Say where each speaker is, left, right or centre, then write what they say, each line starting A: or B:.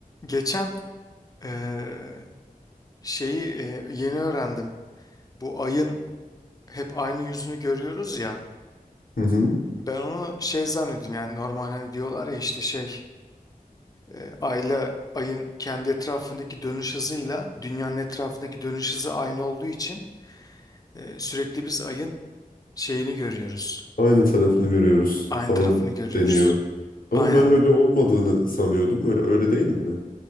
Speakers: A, on the left; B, on the left.
A: Geçen eee, şeyi eee, yeni öğrendim. Bu ayın hep aynı yüzünü görüyoruz ya.
B: Hı hı.
A: Ben onu şey zannediyorum yani normal hani diyorlar ya işte şey eee, ayla ayın kendi etrafındaki dönüş hızıyla dünyanın etrafındaki dönüş hızı aynı olduğu için eee, sürekli biz ayın şeyini görüyoruz.
B: Aynı tarafını görüyoruz
A: Aynı
B: falan
A: tarafını görüyoruz.
B: deniyor. Ama
A: Aynen.
B: ben öyle olmadığını sanıyordum. Öyle öyle değil mi?